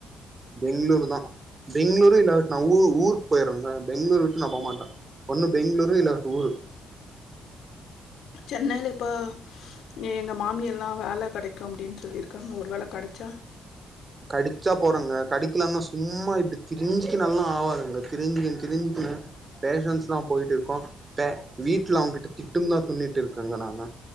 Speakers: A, on the right (about 25°); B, on the left (about 75°).
A: பெங்களூரு தா பெங்களூரு இல்ல நா ஊ ஊருக்கு போயிடுறேங்க பெங்களூர் விட்டு நா போகமாட்ட ஒண்ணு பெங்களூரு இல்ல ஊரு
B: சென்னையில இப்ப இங்க எங்க மாமி யெல்லா வேலை கெடைக்கும் அப்டின்னு சொல்லியிருக்காங்க ஒரு வேலை கெடைச்சா
A: கடிச்சா போறங்க கடிக்கலாம்னா சும்மா இப்டி திரிஞ்சிக்கன்னல்லாம் ஆவாதுங்க திரிஞ்சிகின்னு திரிஞ்சிக்கின்னு பேஷன்ஸ் எல்லாம் போயிட்டு இருக்கோம் வீட்ல அவங்ககிட்ட திட்டுன்ட்டுதா துண்ணுட்டு இருக்கேங்க நானு